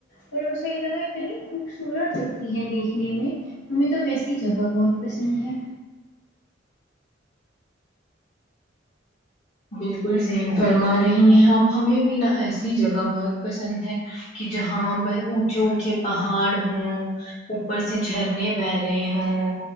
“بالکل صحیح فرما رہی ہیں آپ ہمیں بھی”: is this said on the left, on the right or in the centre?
Left